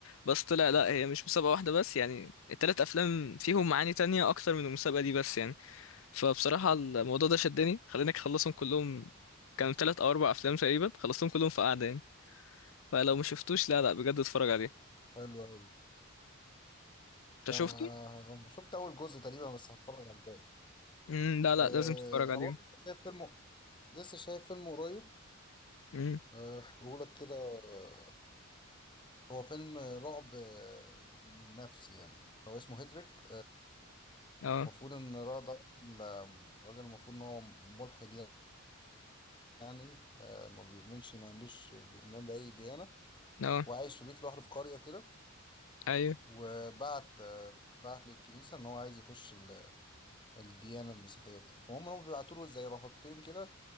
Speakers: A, on the left; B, on the left.
A: بس طلع لا هي مش مسابقة واحدة بس يعني التلات أفلام فيهم معاني تانية أكتر من المسابقة دي بس يعني فبصراحة الموضوع ده شدني خليني أخلصهم كلهم كانوا تلات أو أربع أفلام تقريبا خلصتهم كلهم في قعدة يعني فلو ما شفتوش لا لا بجد اتفرج عليه
B: حلو قوي
A: أنت
B: ده
A: شفته؟
B: انا شفت اول جزء تقريبا بس هتفرج على الباقي
A: مم، لا
B: أه
A: لا لازم تتفرج عليه
B: انا برضه لسه شايف فيلم لسه شايف فيلم قريب
A: مم،
B: آه، هحكيهولك كده آه، هو فيلم رعب آه، نفسي يعني هو اسمه هيتريك
A: اه
B: المفروض ان الراجل ده راجل راجل المفروض ان هو ملحد يعني آه، ما بيؤمنش ما عندوش ايمان باي ديانه
A: اه
B: وعايش في بيت لوحده في قريه كده
A: أيوه
B: وبعت آه، بعت للكنيسه ان هو عايز يخش ال- الديانه المسيحيه وكده فهم هم بيبعتوا له زي رهبتين كده